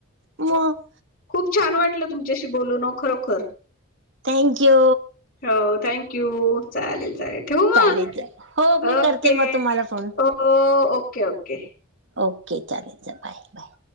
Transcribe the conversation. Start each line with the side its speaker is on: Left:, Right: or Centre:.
Right: मग.
Left: खूप छान वाटलं तुमच्याशी बोलून ओ खरोखर.
Right: थँक्यू.
Left: हो थँक यू चालेल. ठेवू मग?
Right: चालेल
Left: चाले
Right: चालेल हो मी करते
Left: ठेव
Right: मग
Left: म
Right: तुम्हाला phone.
Left: Okay okay okay.
Right: Okay चालेल बाय बाय.